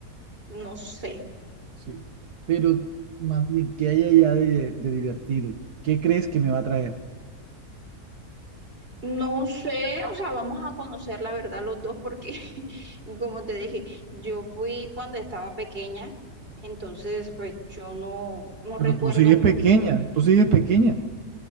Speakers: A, on the right (about 35°); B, on the right (about 75°).
A: no sé.
B: Sí. Pero más bien, ¿qué hay allá de, de divertido? ¿Qué crees que me va a traer?
A: No sé, o sea, vamos a conocer la verdad los dos porque, <laughs> como te dije, yo fui cuando estaba pequeña, entonces pues yo no, no
B: Pero
A: recuerdo
B: tú sigues
A: mucho.
B: pequeña, tú sigues pequeña,